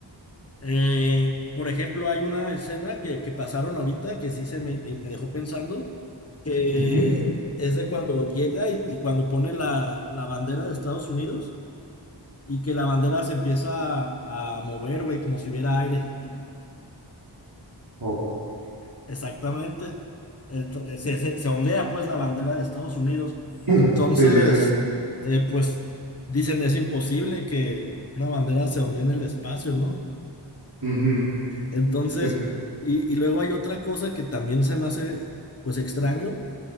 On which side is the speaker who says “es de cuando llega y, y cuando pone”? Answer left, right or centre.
Left